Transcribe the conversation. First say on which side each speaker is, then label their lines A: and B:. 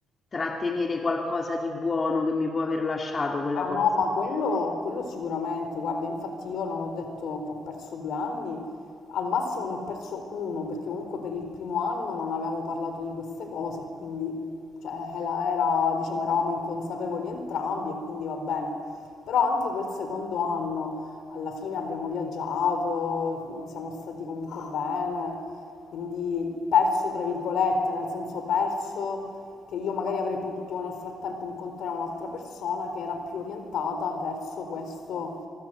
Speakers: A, on the left (about 35°); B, on the left (about 70°).
A: trattenere qualcosa di buono che mi può aver lasciato quella
B: Ah
A: cosa.
B: no, ma quello, quello sicuramente, guarda, infatti io non ho detto che ho perso due anni, al massimo ne ho perso uno, perché comunque per il primo anno non avevamo parlato di queste cose, quindi cioè, era, era, diciamo, eravamo inconsapevoli entrambi e quindi va bene. Però anche quel secondo anno, alla fine abbiamo viaggiato, siamo stati comunque bene, quindi perso tra virgolette, nel senso perso che io magari avrei potuto nel frattempo incontrare un'altra persona che era più orientata verso questo